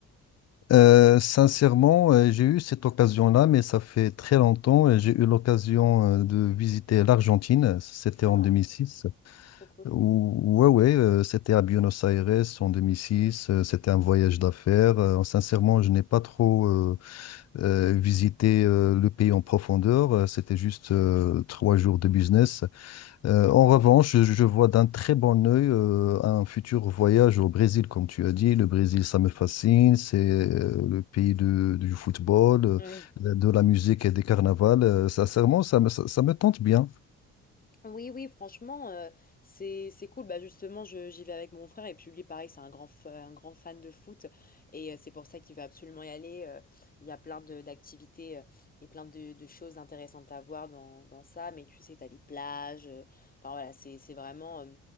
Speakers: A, on the left; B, on the left.
A: Euh, sincèrement, euh, j'ai eu cette occasion-là, mais ça fait très longtemps. et J'ai eu l'occasion euh, de visiter l'Argentine. C'était
B: Ah,
A: en 2006.
B: trop cool.
A: Ou- Ouais, ouais, euh, c'était à Buenos Aires en 2006. euh, C'était un voyage d'affaires. Euh, sincèrement, je n'ai pas trop euh, euh, visité euh, le pays en profondeur. euh, C'était juste euh, trois jours de business. Euh, en revanche, je, je vois d'un très bon œil euh, un futur voyage au Brésil, comme tu as dit. Le Brésil, ça me fascine. C'est euh, le pays de- du football, euh,
B: Oui.
A: de la musique et des carnavals. Euh, sincèrement, ça me, ça, ça me tente bien.
B: Oui, oui, franchement, euh, c'est c'est cool. Bah justement, je- j'y vais avec mon frère et puis lui, pareil, c'est un grand f- un grand fan de foot et euh, c'est pour ça qu'il veut absolument y aller. Euh, Il y a plein de d'activités euh, et plein de, de choses intéressantes à voir dans, dans ça. Mais tu sais, t'as les plages. euh, Enfin voilà, c'est c'est vraiment euh,